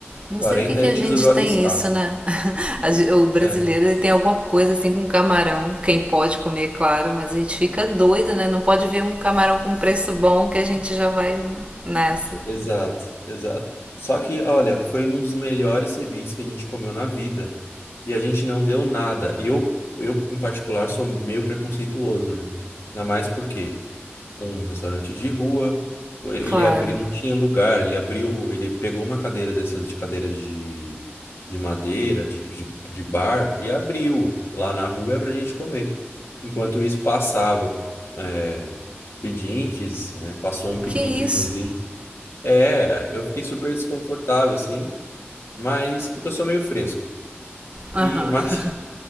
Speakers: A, on the right; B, on the left.
A: Não
B: 40
A: sei porque que
B: a gente
A: a gente
B: resolveu
A: tem
B: arriscar.
A: isso, né? <laughs> A gen- O brasileiro
B: É,
A: ele tem alguma coisa assim com camarão. Quem pode comer, claro, mas a gente fica doido, né? Não pode ver um camarão com preço bom que a gente já vai nessa.
B: exato, exato. Só que, olha, foi um dos melhores serviços que a gente comeu na vida. E a gente não deu nada. E eu, eu, em particular, sou meio preconceituoso, né? Ainda mais porque um restaurante de rua. Ele,
A: Claro.
B: ele abriu, não tinha lugar. Ele abriu, ele pegou uma cadeira dessas de cadeiras de, de madeira, de, de, de bar, e abriu lá na rua pra gente comer. Enquanto isso, passava é, pedintes, né? Passou um pedinte,
A: Que isso?
B: inclusive. É, eu fiquei super desconfortável, assim, mas porque eu sou meio fresco.
A: Aham.
B: E, <laughs> mas,